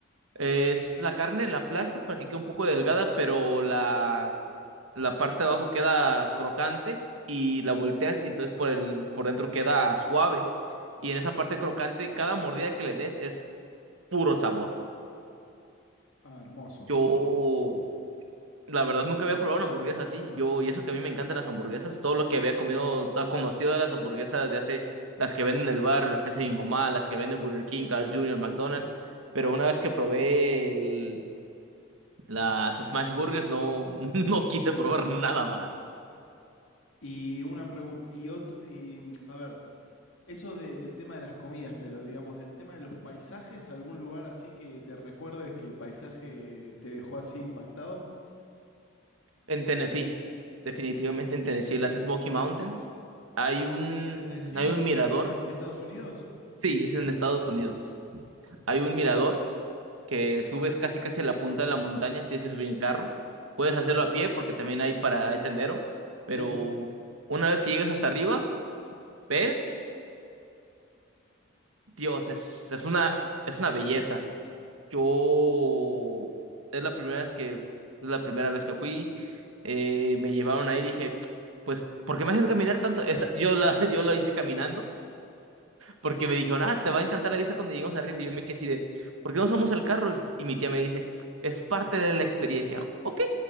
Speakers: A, on the right (about 85°); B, on the left (about 80°).
A: Es la carne la aplastas para que quede un poco delgada, pero la, ¿cómo se llama? la parte de abajo queda crocante y la volteas y entonces por el, por dentro queda suave. Y en esa parte crocante, cada mordida que le des es puro sabor.
B: Ah, hermoso.
A: Yo La verdad, nunca había probado una hamburguesa así. Yo, y eso que a mí me encantan las hamburguesas, todo lo que había comido, ah, conocido de las hamburguesas de hace, las que venden en el bar, las que hace mi mamá, las que venden Burger King, Carl Jr., McDonald's. Pero una vez que probé el- las Smash Burgers, no, <laughs> no quise probar nada más.
B: Y una pregunta, y otro, y a ver, Eso del tema de las comidas, pero digamos, del tema de los paisajes, ¿algún lugar así que te recuerdes que el paisaje te dejó así impactado?
A: En Tennessee, definitivamente en Tennessee, las Smoky Mountains, hay
B: Eh,
A: un,
B: ¿Tennessee,
A: hay un
B: que
A: mirador.
B: es est- Estados Unidos?
A: Sí, es en Estados Unidos. Hay un mirador que subes casi casi a la punta de la montaña, tienes que subir en carro. Puedes hacerlo a pie porque también hay para ese sendero, pero
B: Sí,
A: una vez que llegas hasta arriba, ves, Dios, es, es una, es una belleza. Yo es la primera vez que, es la primera vez que fui, eh, me llevaron ahí, dije, pues, ¿por qué me hacen caminar tanto? Esa- yo la, <laughs> yo lo hice caminando porque me dijeron, ah, te va a encantar la vista cuando lleguemos arriba. Y yo me quedé así de, ¿por qué no usamos el carro? Y mi tía me dice, es parte de la experiencia. Ok,